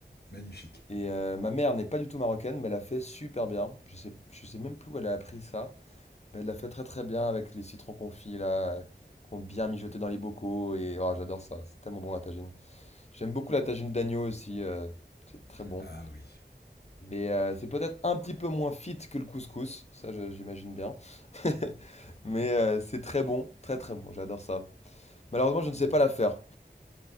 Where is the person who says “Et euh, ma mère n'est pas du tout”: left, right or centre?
Left